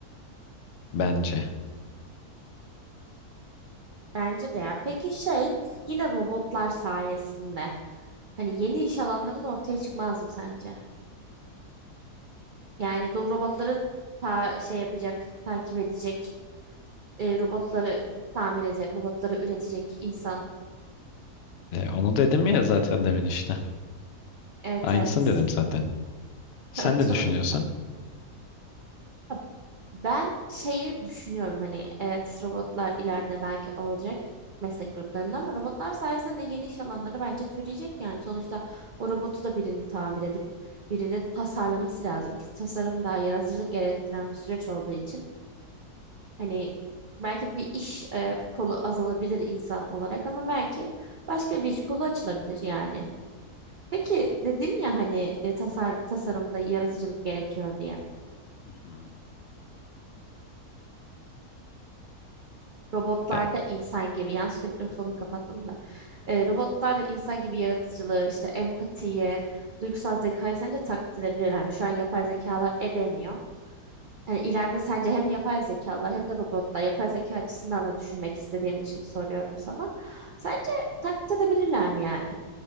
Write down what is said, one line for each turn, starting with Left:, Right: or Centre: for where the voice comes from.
Left: bence.
Right: Bence de ya. Peki şey yine robotlar sayesinde hani yeni iş alanları da ortaya çıkmaz mı sence? Yani do robotları ta şey yapacak, takip edecek, e, robotları tamir edecek, robotları üretecek insan.
Left: E, onu dedim ya zaten demin işte.
Right: Evet
Left: Aynısını
Right: evet.
Left: dedim zaten. Sen
Right: <laughs>
Left: ne düşünüyorsun?
Right: Doğru bak. Ben şeyi düşünüyorum hani evet robotlar ileride belki olacak meslek gruplarında ama robotlar sayesinde de yeni iş alanları bence türeyecek yani sonuçta o robotu da birini tamir edip birini tasarlaması lazım ki tasarım daha yaratıcılık gerektiren bir süreç olduğu için hani belki bir iş e, kolu azalabilir insan olarak ama belki başka bir iş kolu açılabilir yani. Peki dedim ya hani e, tasar tasarımda yaratıcılık gerekiyor diye.
Left: Hı hı.
Right: robotlarda
Left: E,
Right: insan gibi yanlışlıkla mikrofonumu kapattım da e, robotlarda insan gibi yaratıcılığı işte empatiyi duygusal zekayı sence taklit edebilirler mi? Şu an yapay zekalar edemiyor. Yani ileride sence hem yapay zekalar hem de robotlar yapay zeka açısından da düşünmek istediğim için soruyorum sana. Sence taklit edebilirler mi yani?